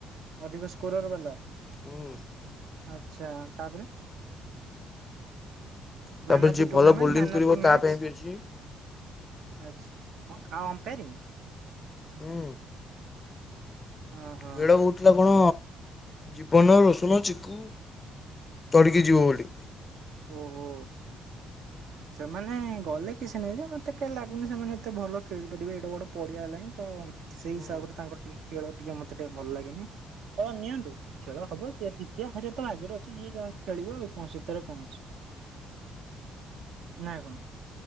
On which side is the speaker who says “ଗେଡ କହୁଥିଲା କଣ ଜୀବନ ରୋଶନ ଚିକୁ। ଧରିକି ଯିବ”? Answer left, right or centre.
Left